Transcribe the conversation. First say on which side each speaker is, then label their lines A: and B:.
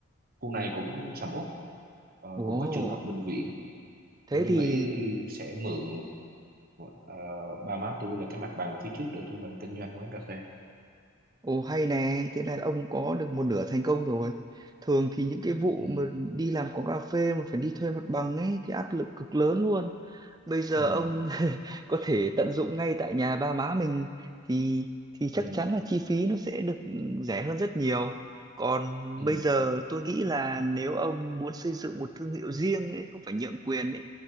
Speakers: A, on the right (about 45°); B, on the right (about 20°).
A: khu này cũng sầm uất Ờ,
B: Ồ,
A: cũng có trường học bệnh viện
B: thế
A: nên tôi
B: thì
A: nghĩ sẽ mượn ờ, ba má tôi là cái mặt bằng phía trước để tôi làm kinh doanh quán cà phê
B: ồ hay nè, thế là ông có được một nửa thành công rồi. Thường thì những cái vụ
A: ừ
B: mà đi làm quán cà phê mà phải đi thuê mặt bằng ấy thì áp lực cực lớn luôn. bây giờ
A: ừ
B: ông <laughs> có thể tận dụng ngay tại nhà ba má mình thì thì chắc
A: ừ
B: chắn là chi phí nó sẽ được rẻ hơn rất nhiều. Còn
A: ừ
B: bây giờ tôi nghĩ là nếu ông muốn xây dựng một thương hiệu riêng ấy, không phải nhượng quyền ấy,